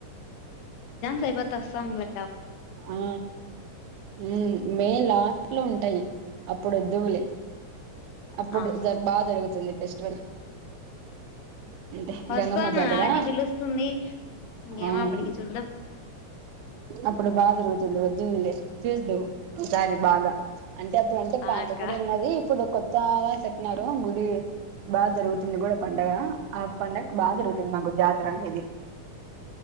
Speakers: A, on the left; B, on the right.
A: లేపోతే వస్తామ్ లే
B: ఆ ఉమ్ మేల ఇంట్లో ఉంటాయి అప్పుడోదులే అప్పుడు
A: ఆ
B: జర్ బా జరుగుతుంది ఫెస్ట్ వేల్ అంతే
A: వస్తాను
B: గంగమ్మ జాతరా
A: ఆది పిలుస్తుంది ఇంకేమో
B: అవున్
A: అప్పటికి చూద్దాం
B: అప్ జరుగుతుంది వద్దువ్ లే చద్దువ్ ఈసారి బాగా అంటే అప్పుడు అంటే
A: ఆ
B: పాత
A: అక్క
B: కూడా ఉన్నది ఇప్పుడు కొత్త గా చెప్పిన్నారు గుడి బాగా జరుగుతుంది కూడా పండగ ఆ పండగ బాగా జరుగుతుంది మాకు జాతర అనేది